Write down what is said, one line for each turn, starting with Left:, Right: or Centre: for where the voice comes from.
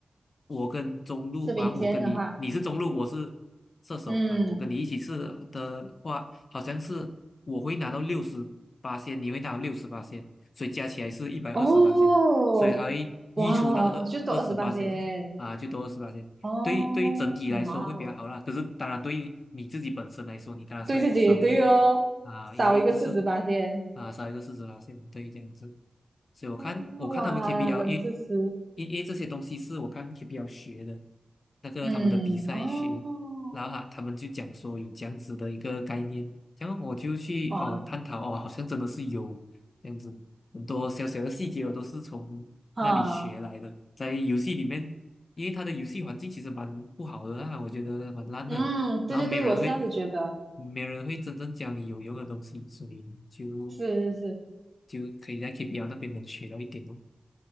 Left: 我跟中路啊，
Right: 吃冰鲜的话，
Left: 我跟你，你是中路，我是射手啊，
Right: 嗯，
Left: 我跟你一起试的话，好像是我会拿到六十八仙，你会拿到六十八仙，所以加起来是一百二十八仙，
Right: 哦，
Left: 所以还会溢出那个二二十八线啊，
Right: 哇哦，就多二十八仙，
Left: 啊，就多二十八仙。
Right: 哦，
Left: 对于对于整体来说会比较好啦，
Right: 哇哦，
Left: 可是当然对于你自己本身来说，你当然是会不爽，
Right: 对自己对哦，
Left: 因为啊，
Right: 少一个四十八仙，
Left: 因为是啊，少一个市值拉线，对，这样子。所以我看我看他们
Right: 哦，哇，
Left: KPL，
Right: 冷知识，
Left: 因因因为这些东西是我看 KPL 学的，那个他们的比赛学，
Right: 嗯，哦，
Left: 然后他他们就讲说有这样子的一个概念，然后我就去哦探讨哦，
Right: 哦，
Left: 好像真的是有这样子，很多小小的细节我都是从那里学来的，
Right: 哈，
Left: 在游戏里面，因为它的游戏环境其实蛮不好的啊，我觉得蛮烂的，
Right: 嗯，对对对，
Left: 然后没有人会，
Right: 我也是这样子觉得，
Left: 没人会真正教你有用的东西，所以就
Right: 是是是，
Left: 就可以在 KPL 那边能学到一点哦。